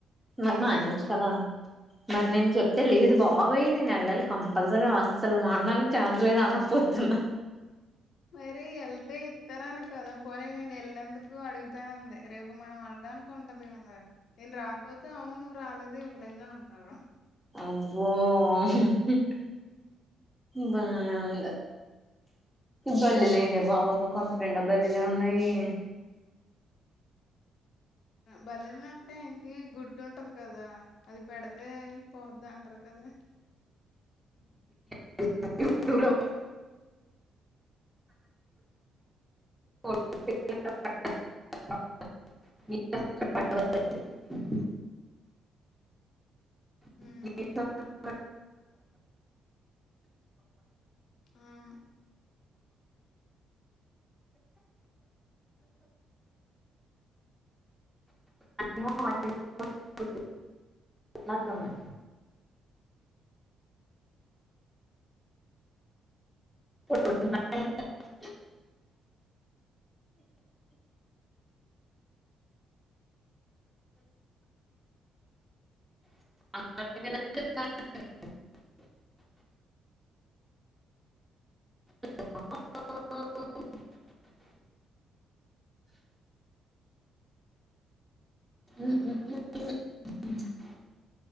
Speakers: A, in the centre; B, on the left.
A: మరి
B: వెళ్ళాను
A: మానేవచ్చు
B: అనమాట
A: కదా మరి నేను చెప్తే లేదు. బాబోయ్ నేను ఎళ్ళాలి కంపల్సరీ అస్సలు మానడానికి ఛాన్స్ లేదు అన్నావ్ పొద్దున
B: మరి ఎళ్తే ఇత్తారని కదా పోనీ నేను ఎళ్నందుకు అడుగుతానంది రేపు మనం అడగటానికి ఉంటది కదా నేను రాకపోతే అవును నువ్ రాలే దు ఇవ్వలేదు అంటారు.
A: అబ్బో <unintelligible> బానే ఉంది బల్లిలేంటే బాబమ్మ కొంప నిండా బల్లిలే ఉన్నాయే
B: బల్లెలుంటే ఏంటి గుడ్ డ్డుంటది కదా అది పెడితే పోద్దంటారు కదా!
A: <unintelligible> యూట్యూలో <unintelligible> <unintelligible> <unintelligible>
B: ఉమ్, అవును
A: <unintelligible> న్నట్టుంది ఓ <unintelligible> అ <unintelligible> అ <unintelligible> ఉహు <unintelligible>